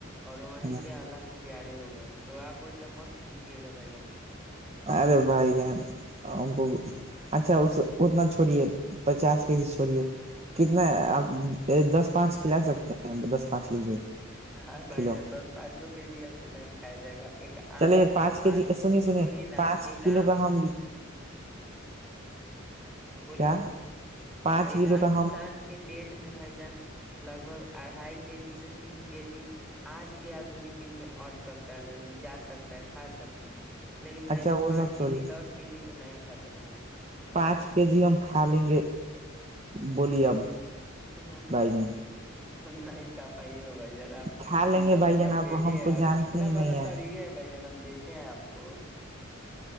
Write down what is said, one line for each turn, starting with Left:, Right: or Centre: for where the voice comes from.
Centre: اور وہیں
Right: ہاں
Centre: پہ آلہ کو پیارے ہو گئے تو آپ ایسا مت کیجیے گا بھائی جان
Right: ارے بھائی جن کو اچھا اس اتنا چھوڑیے پچاس کے جی چھوڑیے کتنا اب دس پانچ کھلا سکتے ہیں دس پانچ کے
Centre: ہاں بائی
Right: کلو
Centre: جان دس پانچووں کے جی سے نہیں کایا جائے گا ایک عام
Right: چلے
Centre: انسان
Right: پانچ کے جی سنیے سنیے
Centre: نا
Right: پانچ
Centre: ایک
Right: کلو
Centre: عام
Right: کا ہم
Centre: ہاں بولیے
Right: کیا
Centre: نا
Right: پانچ
Centre: ایک
Right: کلو
Centre: آام
Right: کا
Centre: انسان
Right: ہم
Centre: کے پیٹ بھجن لگ بھگ اڑھائی کے جی سے تین کے جی آج کے آدنیک یوگ میں اٹ سکتا ہے بھجن جا سکتا ہے کھا سکتے ہیں لیکن بھائی
Right: اچھا
Centre: جان
Right: وہ
Centre: پانچ
Right: سب
Centre: کے
Right: چھوڑیے
Centre: جی دس کے جی تو نہیں خ س
Right: پانچ کے جی ہم کھا لیں گے بولیے اب
Centre: ہاں
Right: بھائی جان
Centre: نہیں کیا پائیے گا بھائی جان ب
Right: کھا لیں
Centre: کتنا
Right: گے بھائی
Centre: بڑا
Right: جان آپ
Centre: پیٹے
Right: ہم کو
Centre: ہے
Right: جانتے
Centre: کتنا
Right: ہی نہیں
Centre: بڑا شریر ہے بھائی جان ہم دیکھے ہیں آپ کو